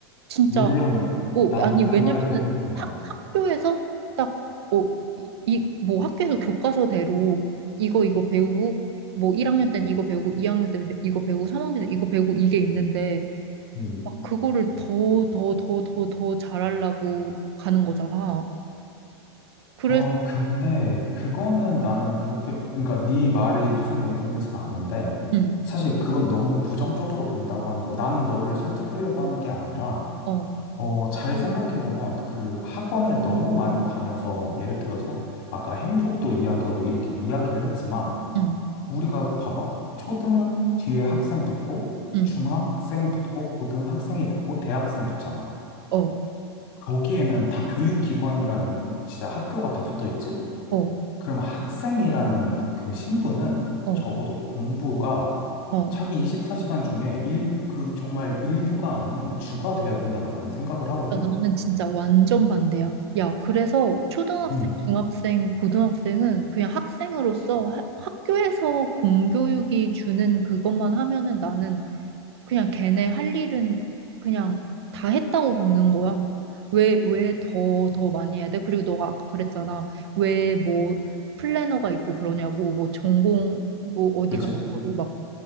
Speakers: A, on the right; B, on the left.
A: 진짜,
B: 물론
A: 어,
B: 나도
A: 아니,
B: 그
A: 왜냐면
B: 말에 너무 공감해.
A: 학, 학교에서 딱, 어, 이, 이- 뭐 학교에서 교과서대로 이거, 이거 배우고, 뭐 1학년 땐 이거 배우고, 2학년 때 배- 이거 배우고, 3학년 때 이거 배우고, 이게 있는데,
B: 음,
A: 그거를 더, 더, 더, 더, 더 잘하려고 가는 거잖아. 그래서,
B: 어, 근데 그거는 나는 그렇게 그러니까 네 말이 무슨 의도인지는 아는데
A: 응,
B: 사실 그건 너무 부정적으로 본다고 하는 거야. 나는 너를 설득하려고 하는 게 아니라
A: 어,
B: 어, 잘 생각해보면 그 학원을 너무 많이 다녀서 예를 들어서 아까 행복도 이야기하고 이렇게 이야기를 했지만
A: 응,
B: 우리가 봐봐. 초등 뒤에 학생 붙고
A: 응,
B: 중학생 붙고 고등학생이 붙고 대학생 붙잖아.
A: 어,
B: 거기에는 다 교육기관이라는 진짜 학교가 다 붙어 있지?
A: 어,
B: 그럼 학생이라는 그 신분은
A: 어,
B: 적어도 공부가
A: 어.
B: 자기 24시간 중에 일, 그 정말 일부가 아닌 주가 돼야 된다고 나는 생각을 하거든?
A: 야, 나는 진짜 완전 반대야. 야, 그래서 초등학생,
B: 음,
A: 중학생, 고등학생은 그냥 학생으로서 하- 학교에서 공교육이 주는 그것만 하면은 나는 그냥 걔네 할 일은 그냥 다 했다고 보는 거야. 왜, 왜 더, 더 많이 해야 돼? 그리고 너가 아까 그랬잖아. 왜 뭐 플래너가 있고 그러냐고, 뭐 전공, 뭐 어디
B: 그지?
A: 가고, 막